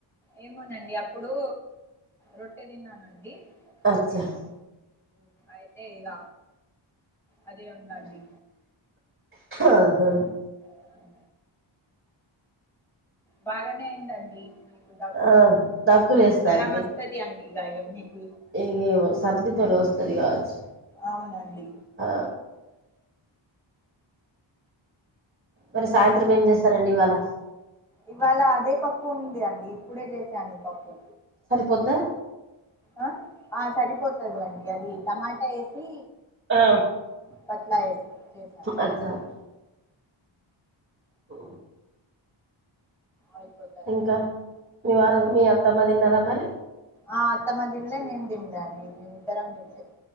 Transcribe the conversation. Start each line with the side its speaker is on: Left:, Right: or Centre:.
Centre: ఏమోనండి అప్పుడు రొట్టే తిన్నానండి
Right: అచ్చా
Centre: రేటు అయితే ఇక అదే ఉందండి.
Right: ఆహా
Centre: ఉమ్. బాగానే అయిందండి మీకు దగ్గు.
Right: ఆ దగ్గు లేస్తాది
Centre: జ్వరం వస్తది అండి ఇగ మీకు
Right: ఏ ఇగ ఏమో సర్ది తోటి వస్తది కావచ్చు
Centre: అవునండి.
Right: ఆ మరి సాయంత్రం ఏం చేస్తారండి ఇవాళ
Centre: ఇవాళ అదే పప్పు ఉంది అండి ఇప్పుడే చేసాను పప్పు.
Right: సరిపోద్దా
Centre: ఆ ఆ సరిపోతుంది అండి అది టమాటా వేసి
Right: ఆ
Centre: పతలా ఎస్స <unintelligible>
Right: అచ్చా. <unintelligible> ఓ
Centre: అయిపోతదండి
Right: ఇంకా మీ వారు మీ అత్తమ్మ తిన్నారా మరి
Centre: ఆ అత్తమ్మ తిన్లే నేను తినలే అండి మేమి ఇద్దరం తినలేదు